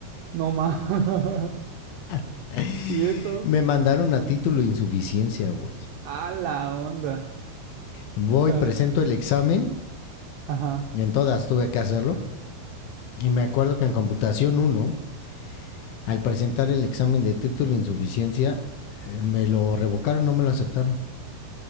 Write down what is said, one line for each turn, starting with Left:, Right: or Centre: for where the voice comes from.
Right: No más. <laughs>
Left: <laughs>
Right: Y eso.
Left: Me mandaron a título de insuficiencia, güey.
Right: A la onda.
Left: Voy,
Right: O sea,
Left: presento el examen,
Right: ajá.
Left: y en todas tuve que hacerlo. Y me acuerdo que en computación uno al presentar el examen de título de insuficiencia, eh, me lo revocaron, no me lo aceptaron.